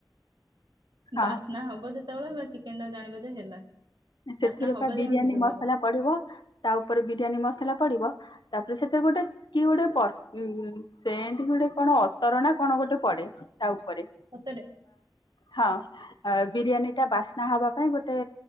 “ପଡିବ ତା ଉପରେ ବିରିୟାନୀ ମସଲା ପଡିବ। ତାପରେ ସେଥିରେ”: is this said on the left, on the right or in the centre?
Left